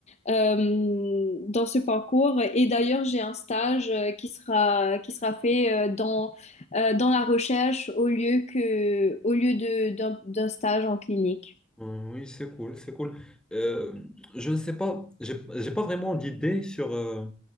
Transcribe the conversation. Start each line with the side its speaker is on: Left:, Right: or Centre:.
Left: euh, dans ce parcours. Et d'ailleurs, j'ai un stage euh, qui sera, qui sera fait euh, dans, euh, dans la recherche au lieu que, au lieu de, d'un, d'un stage en clinique.
Centre: Euh, Oui, c'est cool, c'est cool. Euh, je ne sais pas, j'ai, j'ai pas vraiment d'idée sur euh,